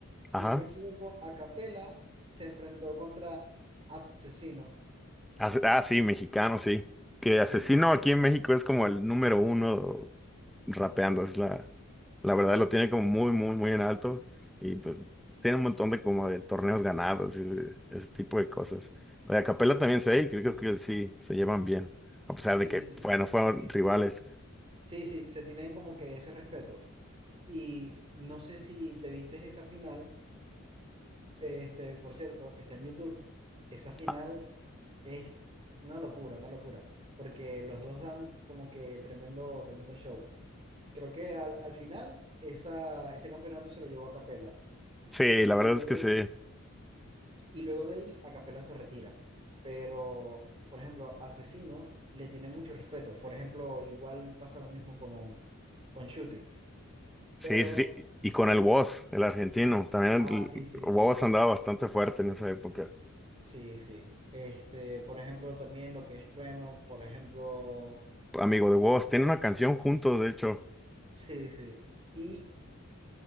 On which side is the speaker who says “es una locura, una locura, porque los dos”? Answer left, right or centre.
Right